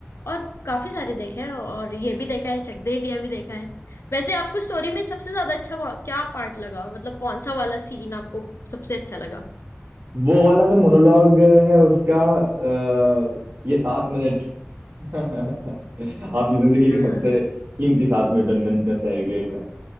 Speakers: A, on the left; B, on the right.
A: और काफी सारे देखे हैं और ये भी देखा है चक दे इंडिया भी देखा है वैसे आपको स्टोरी में सबसे ज्यादा अच्छा वा- क्या पार्ट लगा मतलब कौन सा वाला सीन आपको सबसे अच्छा लगा
B: वो वाला जो मोनोलॉग है उसका अ, ये सात मिनट <laughs> आपकी जिंदगी के
A: हाँ
B: सबसे कीमती सात मिनट मिनट में से एक है